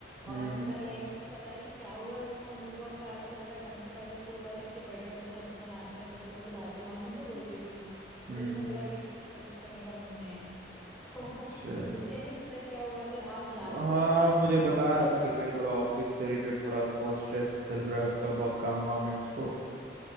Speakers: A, on the right; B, in the centre.
A: हम्म
B: और थोड़ा लाइफ पता नहीं क्या हुआ है उसका मूड बहुत खराब चल रहा है मैंने तो पहले उसको बोला था कि बर्थडे है तो घर पे मनाते हैं दोस्तों को बुलाते हैं मम्मी भी बोल रही थी
A: हम्म
B: पर इसने बोला कि नहीं मुझे कुछ करने का मन नहीं है <laughs> तो
A: अच्छा
B: मुझे नहीं पता क्या हुआ अगर आप जानते
A: हाँ
B: हो
A: मुझे बता रहा था कि भाई थोड़ा ऑफिस से रिलेटेड थोड़ा बहुत स्ट्रेस चल रहा है उसका बहुत काम वाम है उसको